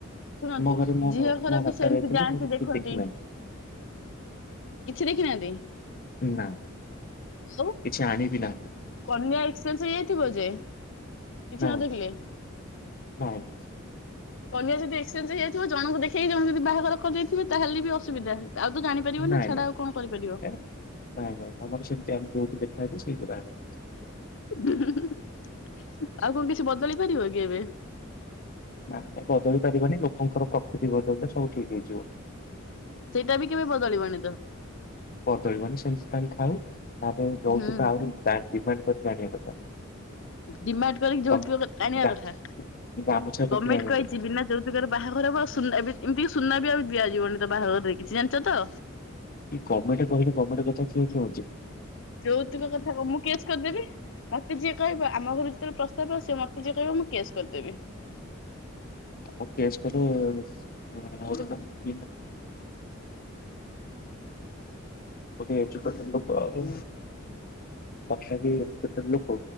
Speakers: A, on the left (about 65°); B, on the left (about 45°).
A: ଶୁଣନ୍ତୁ
B: ଘରେ ମୋ
A: ଝିଅ ଘର
B: ମୋ ବାପା
A: ବି ସେମିତି
B: ଯାଇଥିଲେ
A: ଯାଆନ୍ତି
B: ମୁଁ
A: ଦେଖନ୍ତି।
B: ସେ ଦେଖିନାହାନ୍ତି
A: କିଛି ଦେଖିନାହାନ୍ତି
B: ନା
A: ଆଉ।
B: କିଛି ଆଣିବି ନାହାନ୍ତି।
A: କନ୍ୟା ଏକ୍ସଚେଞ୍ଜ ହେଇ ଯାଇଥିବ ଯେ। କିଛି
B: ନାଇ
A: ନ ଦେଖିଲେ
B: ନାଇ।
A: କନ୍ୟା ଯଦି ଏକ୍ସଚେଞ୍ଜ ହେଇଯାଇିଥିବ ଜଣକୁ ଦେଖକି ଜଣକୁ ଯଦି ବାହାଘର କରିଦେଇଥିବା ତାହେଲେ ବି ଅସୁବିଧା ହେଲା। ଆଉ ତ ଜାଣିପାରିବନି
B: ନାଇଁ
A: ଛାଡ
B: ନାଇଁ
A: ଆଉ କଣ କରିପାରିବ।
B: ନାଇଁ ନାଇଁ ନାଇଁ ଆମର <unintelligible> ସେଇଠି ବାହାଘର ହେଇଚି।
A: ଆଉ କଁ କିଛି ବଦଳି ପାରିବ କି ଏବେ।
B: ନାଇଁ ନାଇଁ ବଦଳି ପାରିବନି ଲୋକୋଙ୍କର ପ୍ରକୃତି ବଦଳିଲେ ସବୁ ଠିକ ହେଇଯିବ।
A: ସେଇଟା ବି କେବେ ବଦଳିବନି ତ।
B: ବଦଳିବନି ସେମିତି <unintelligible> ଥାଉ ତା ପାଇଁ ଯୌତୁକ
A: ହୁଁ
B: <unintelligible> କରିକି ଆଣିବା କଥା।
A: ଡିମାଟ୍ କରିକି ଯୌତୁକ
B: ତମେ
A: କ ଆଣିବା
B: ଗା
A: କଥା
B: ଗାମୁଛା ପକେଇ
A: ଗମେଣ୍ଟେ
B: ଆଣିବା
A: କହିଚି
B: କଥା
A: ବିନା ଯୌ ତୁକରେ ବାହାଘର ହବ ଆଉ ସୁନା ଏବେ ଏମିତିିକି ସୁନା ବି ଆଉ ଦିଆଯିବନି ତ ବାହାଘରରେ କିଛି ଜାଣିଛ ତ।
B: ଗମେଣ୍ଟେ କହିଲେ ଗମେଣ୍ଟେ କଥା କିଏ ଶୁଣୁଚି।
A: ଯୌତୁକ କଥା କୁ ମୁଁ କେସ୍ କରିଦେବି। ମତେ ଯିଏ କହିବ ଆମ ଘରୁକୁ ଯେତୋବୋଳେ ପ୍ରସ୍ତାବ ଆସିବ ମତେ ଯିଏ କହିବ ମୁଁ କେସ କରିଦେବି।
B: ଓ କେସ <unintelligible> <unintelligible> ବୋହୁତି ଏଯୁକେଟ୍ଡେ ଲୋକୋ ଆଉ <unintelligible> ଲୋକୋ।